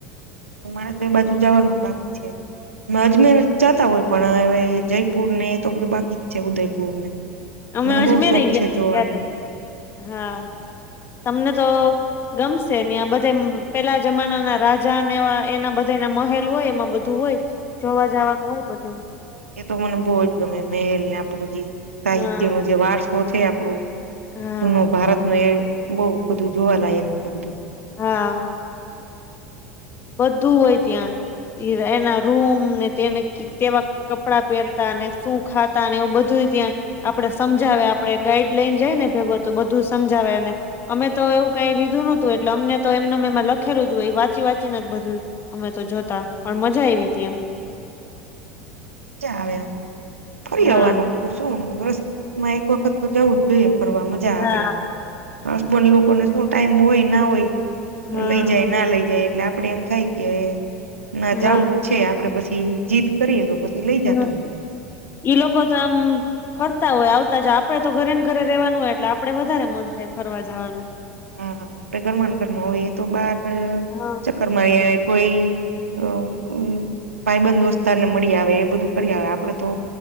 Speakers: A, on the right; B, on the left.
A: મારે તો એ બાજુ જાવાનું બાકી છે, અજમેર જાતા હોય પણ જય પુરને એતો બધું બાકી જ છે, ઉદયપુરને ને.
B: અમે
A: મને
B: અજમેર
A: બોવ શોખ
B: ગયા
A: છે, જોવાનો
B: ત્યારે હા, તમને તો ગમશેને બધે પેલા જમાનાના રાજાને એવા એના બધાના મહેલ હોય એમાં બધું હોય, જોવા જાવાનું હોય બધે
A: એતો મને બોવ જ ગમે મેલને આપણું જે સાહિત્યનો
B: હા
A: જે વારસો છે, આપડો
B: હા
A: જૂનો ભારતમાં એ બહુ બધું જોવાલાયક છે, બધું
B: હા બધું હોય ત્યાં એના રૂમ ને તેને, તેવાં કપડાં પહેરતા ને શું ખાતા એવું બધુંય ત્યાં, આપડે સમજાવે આપડે ગાઈડલાઈન જાયને ભેગું તો બધું સમજાવે અને, અમે તો એવું કાંઈ લીધું નોતું એટલે અમને તો એમનેમ લખેલું જ હોય વાંચી વાંચી ચીન બધું અમે તો જોતા પણ મજા આવી હતી એમ,
A: ચાલે ફરી
B: હા
A: આવવાનું. શું વર્ષમાં એક વખત તો જવું જ જોઈએ ફરવા મજા
B: હા
A: આવે. હસબન્ડ લોકોને શું ટાઈમ હોય ના હોય
B: હા
A: લઈ જાય ના લઈ જાય એટલે, આપડે એમ થાય કે ના
B: હા
A: જાઉં જ છે, આપડે પછી જીદ કરીએ તો પછી લઈ જાતા
B: હમ
A: હોય.
B: ઈ લોકો તો આમ ફરતા હોય આવતા જ આપડે તો ઘરેને ઘરે રહેવાનું હોય એટલે આપણેે વધારે મન થાય ફરવા જવાનું.
A: હા આપે ઘરમાંન ઘરમાં હોઈએ એતો બાર
B: હા
A: ચક્કર મારી આવે કોઈ, અ ઉમ ભાઈબંધ દોસ્તારને મળી આવે એ બધું કરી આવે. આપડે તો,